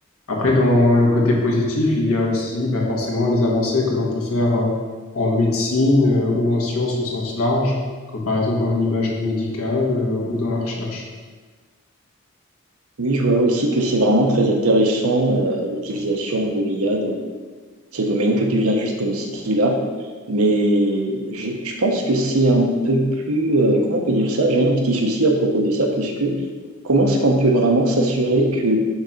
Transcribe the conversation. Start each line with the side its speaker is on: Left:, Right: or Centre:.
Left: Après, dans le côté positif, il y a aussi bah forcément les avancées que l'on peut faire euh, en médecine euh, ou en sciences au sens large comme par exemple en imagerie médicale euh, ou dans la recherche?
Right: Oui, je vois aussi que c'est vraiment très intéressant euh, l'utilisation de l'IA dans ces domaines que tu viens juste de me citer là. Mais je, je pense que c'est un peu plus, euh, comment on peut dire ça? J'ai un petit souci à propos de ça, puisque comment est-ce qu'on peut vraiment s'assurer que